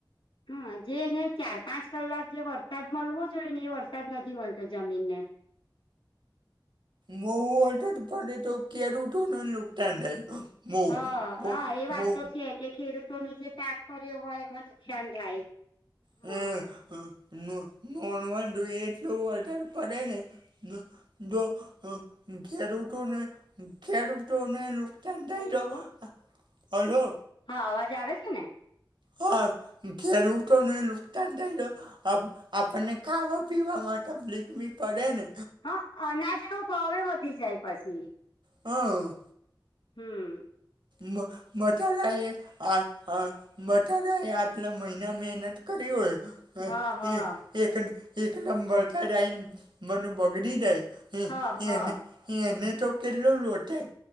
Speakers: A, on the left (about 80°); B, on the right (about 65°).
A: હા. જે એને ચાર પાંચ-કલાક જે વરસાદ મલવો જોઈ ને, એ વરસાદ નથી મલતો જમીને.
B: બોવું વટછાદ પડે, તો ખેડૂતોનું નુકથાન થાય. બહુ
A: હ
B: બહુ
A: અ એ વાત
B: બહુ
A: તો છે કે, ખેડૂતોનો જે પાક કર્યો હોય એમાં નુકશાન થાય. હા
B: એ. નો નોર્મલ જોઈએ, એટલુ વયસાદ પદે ને. નો દો ખેડૂતોને ખેડૂતોને નુક ત તઈ
A: હેલો
B: ટ હલો.
A: હા, અવાજ આવે છે ને.
B: હા, ખેડૂતોને નુકથાન થાય તો આપ આપને ખાવા-પીવા માટે તપલીક બી પડે ને.
A: હ અનાજનો ભાવે વધી જાય પછી.
B: હઅઅ.
A: હમ્મ.
B: મ મટારા એ આ અ બટારાએ આટલા મઈના મેનત કરી ઓય. હ
A: હા હા
B: એક એક એક લંબર તડાઈન મનુ બગડી જાય. એ
A: હા હા
B: એને એને તો કેટલો લોડ થાય.